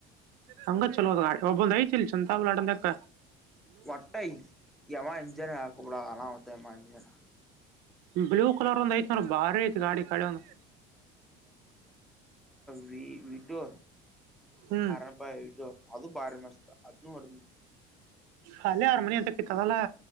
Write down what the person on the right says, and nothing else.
ಹಂಗ ಚಲೋದ ಒಬ್ಬೊಂದ್ ಐತಿ ಇಲ್ ಚಂತ ಆಡದಕ್ಕ
ಬ್ಲೂ ಕಲರ್ ಒಂದ್ ಐ್ ನೋರಿ ಭಾರಿ ಐತ್ ಗಾಡಿ ಕಳೆ ಒಂದ್
ಹ್ಮ್
ಹಾಲೆ ಹಾರ ಮನೆಯಂತತ್ತಲ್ಲಾ